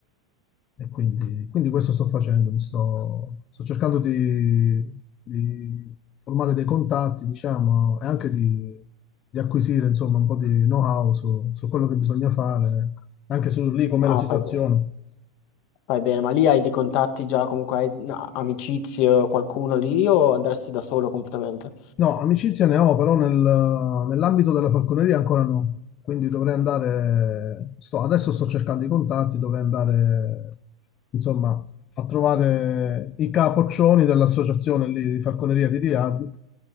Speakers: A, on the left; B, on the left.
A: E quindi, quindi questo sto facendo, mi sto, sto cercando di, di formare dei contatti, diciamo, e anche di, di acquisire, insomma, un po' di know-how su, su quello che bisogna fare, anche su lì com'è
B: No,
A: la situazione.
B: fai bene. Fai bene, ma lì hai dei contatti già, comunque hai no, amicizie o qualcuno lì o andresti da solo completamente?
A: No, amicizia ne ho, però nel- nell'ambito della falconeria ancora no. Quindi dovrei andare, sto- adesso sto cercando i contatti, dovrei andare, insomma, a trovare i capoccioni dell'associazione lì di falconeria di Riyadh